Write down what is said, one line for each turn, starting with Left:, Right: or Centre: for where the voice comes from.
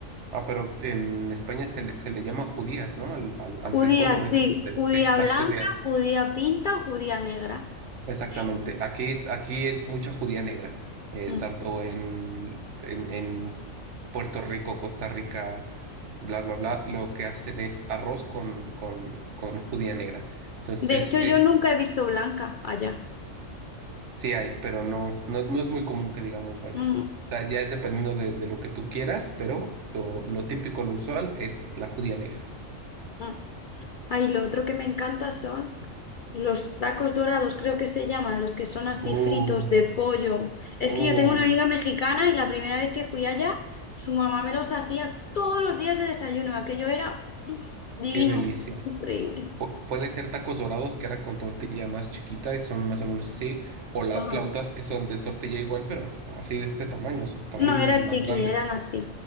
Right: Ah, pero en España se le, se le llama judías, ¿no? Al, al,
Left: Judía,
Right: al frijol o
Left: sí,
Right: es este,
Left: judía
Right: sí, las
Left: blanca,
Right: judías.
Left: judía pinta o judía negra.
Right: Exactamente.
Left: Sí.
Right: Aquí es, aquí es mucha judía negra, eh,
Left: Mm.
Right: tanto en, en, en Puerto Rico, Costa Rica, bla, bla, bla. Lo que hacen es arroz con, con, con judía negra. Entonces,
Left: De hecho,
Right: es,
Left: yo nunca he visto blanca allá.
Right: sí hay, pero no, no, no es muy común que digamos vaya.
Left: Mm,
Right: O sea, ya es dependiendo de, de lo que tú quieras, pero lo, lo típico, lo usual es la judía negra.
Left: mm. Ahí lo otro que me encanta son los tacos dorados, creo que se llaman, los que son así
Right: Oh,
Left: fritos de pollo. Es
Right: oh,
Left: que yo tengo una amiga mexicana y la primera vez que fui allá, su mamá me los hacía todos los días de desayuno. Aquello era mm, divino,
Right: qué delicia.
Left: increíble.
Right: Pu- Puede ser tacos dorados, que era con tortilla más chiquita y son más o menos así, o las
Left: Ajá.
Right: flautas que son de tortilla igual, pero as- así de este tamaño, o sea, están
Left: No era
Right: más
Left: chiqui,
Right: grandes.
Left: eran así.